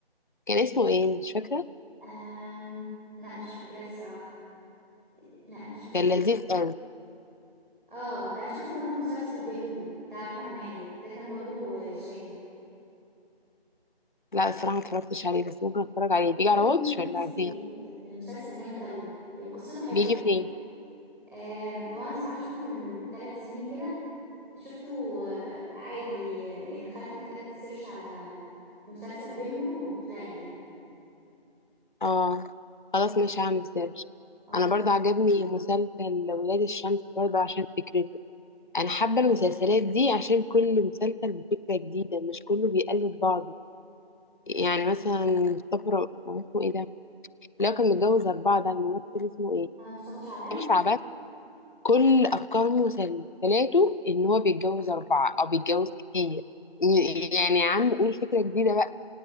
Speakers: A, on the left (about 50°); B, in the centre.
A: كان اسمه ايه مش فاكرة
B: أم... لا مش فاكراه الصراحة لا مش فاكرة
A: كان
B: خالص
A: لذيذ قوي
B: اه انا شفت برضو مسلسل بيمبو بتاع احمد مالك ده كان برضو شاهد
A: لا الصراحة ما اتفرجتش عليه بس ممكن اتفرج عليه
B: حرفيا
A: بيجي على واتش
B: لازم
A: ولا
B: تشوفيه
A: فين
B: المسلسل جامد قوي وقصته حلوة
A: بيجي فين
B: آم، هو انا صراحة شفته من ثلاث سنين كده شفته آه، عادي آه، يعني دخلت كتبت سيرش على مسلسل بيمبو وطلع لي يعني
A: اه خلاص مش هعمل سيرش
B: اه
A: انا برضه عجبني مسلسل ولاد الشمس برضه عشان فكرته انا حابة
B: اه
A: المسلسلات دي عشان كل مسلسل بفكرة جديدة مش كله بيقلد بعضه يعني مثلا مصطفى ر- اسمه ايه ده اللي هو كان متجوز أربعة ده الممثل اسمه ايه
B: آه، مصطفى شعبان
A: مصطفى شعبان كل افكار مسلسلاته ان هو بيتجوز اربعه او بيتجوز كتير ي- يعني يا عم قول فكره جديده بقى